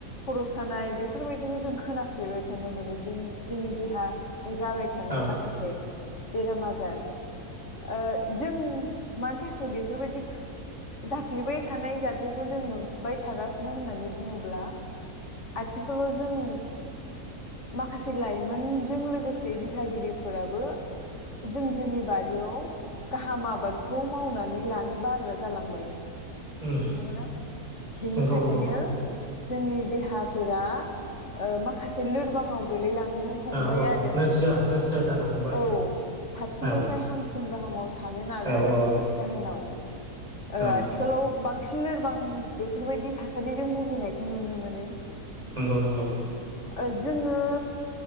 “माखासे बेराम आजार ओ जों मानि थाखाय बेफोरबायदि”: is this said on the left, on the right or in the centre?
Left